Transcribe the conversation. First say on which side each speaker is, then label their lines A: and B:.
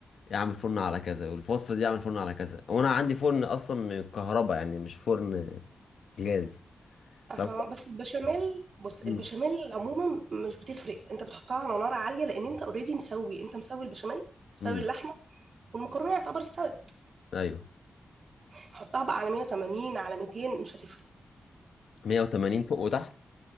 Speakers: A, on the left; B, on the right.
A: اعمل فرن على كذا والوصفه دي اعمل فرن على كذا وانا عندي فرن اصلا من الكهرباء يعني مش فرن جاز
B: اها
A: ف
B: بس البشاميل بص البشاميل
A: امم
B: عموما مش بتفرق انت بتحطها على نار عاليه لان انت اوريدي مسوي انت مسوي البشاميل مسوي
A: أمم.
B: اللحمه والمكرونه يعتبر استوت
A: ايوه
B: حطها بقى على 180 على 200 مش هتفرق
A: 180 فوق وتحت